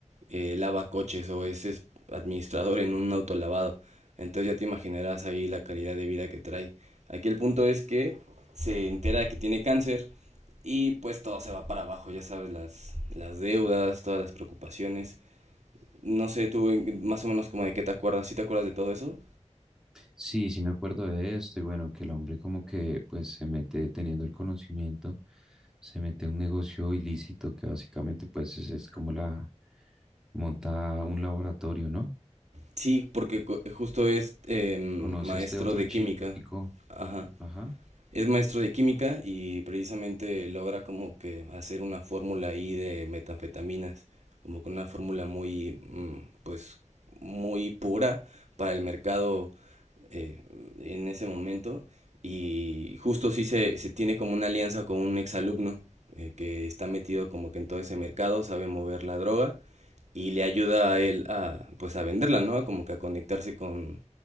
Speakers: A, on the right; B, in the centre.
A: eh, lava coches o es, es administrador en un autolavado. Entonces ya te imaginarás ahí la calidad de vida que trae. Aquí el punto es que se entera que tiene cáncer y pues todo se va para abajo, ya sabes, las, las deudas, todas las preocupaciones. No sé, tú en- más o menos como de qué te acuerdas, ¿sí te acuerdas de todo eso?
B: Sí, sí me acuerdo de esto y bueno, que el hombre como que pues se mete teniendo el conocimiento, se mete a un negocio ilícito que básicamente pues es, es como la monta un laboratorio, ¿no?
A: Sí, porque co- justo es em,
B: Conoce
A: maestro
B: a este otro
A: de
B: chico,
A: química. Ajá.
B: ajá,
A: Es maestro de química y precisamente logra como que hacer una fórmula ahí de metanfetaminas, como con una fórmula muy, mm, pues, muy pura para el mercado eh, en ese momento. Y justo sí se, se tiene como una alianza con un exalumno eh, que está metido como que en todo ese mercado, sabe mover la droga y le ayuda a él a, pues, a venderla, ¿no? Como que a conectarse con,